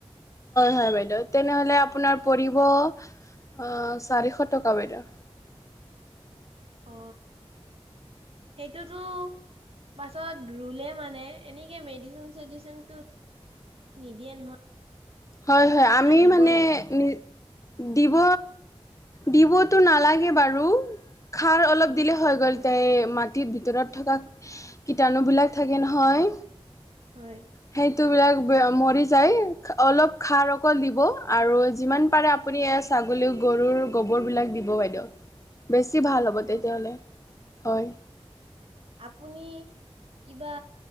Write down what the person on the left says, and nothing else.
হয়। তেনেহলে আপোনাৰ পৰিব, অ চাৰিশ টকা বাইদেউ।
হয় হয় আমি
মানে
নি দিব দিবতো নালাগে বাৰু খাৰ অলপ
দিলে হৈ গ'ল। তাই মাটিত ভিতৰত থকা কীটাণু বিলাক থাকে নহয়।
সেইটো বিলাক মৰি যায়। অলপ খাৰ অকল দিব। আৰু যিমান পাৰে আপুনি ছাগলী গৰুৰ গোবৰবিলাক দিব। বেচি ভাল হব
তেতিয়া হলে হয়।